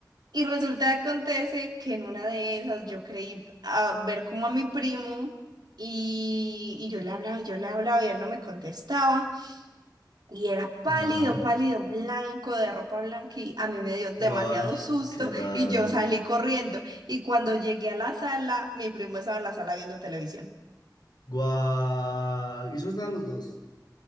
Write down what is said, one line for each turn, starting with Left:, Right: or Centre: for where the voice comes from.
Right: Y resulta que acontece que en una de esas yo creí a ver como a mi primo y, y yo le hablaba, yo le hablaba y él no me contestaba. Y era pálido,
Left: Ajá.
Right: pálido, blanco, de ropa blanca, y a mí me dio demasiado
Left: Guash,
Right: susto
Left: qué raro.
Right: y yo salí corriendo. Y cuando llegué a la sala, mi primo estaba en la sala viendo televisión.
Left: Guau. ¿Y cómo estaban los dos?